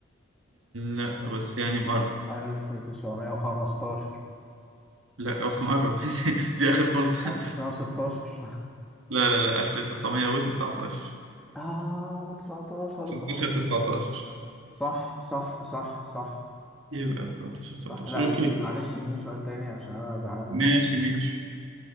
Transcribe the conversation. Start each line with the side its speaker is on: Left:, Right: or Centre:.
Right: لا بس يعني مقرب
Centre: ألف تسعمية وخمستاشر
Right: لا بس مقرب <laughs> دي آخر فرصة
Centre: ألف تسعمية وستاشر
Right: لا لا لا 1919
Centre: اه و19
Right: 19
Centre: صح
Right: 19
Centre: صح صح صح صح
Right: يبقى 19 19
Centre: صح لا
Right: اوكي
Centre: دي معلش اديني سؤال تاني عشان انا زعلان من
Right: ماشي
Centre: نفسي
Right: ماشي